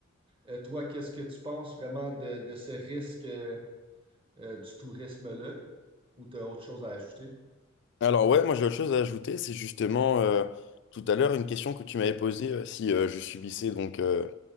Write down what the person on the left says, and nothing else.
Alors ouais, moi j'ai autre chose à ajouter, c'est justement euh, tout à l'heure une question que tu m'avais posée euh, si euh, je subissais donc, euh,